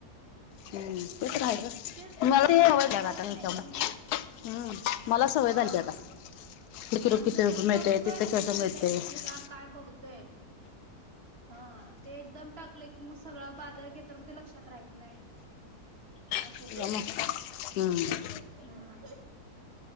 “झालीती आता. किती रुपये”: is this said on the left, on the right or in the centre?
Left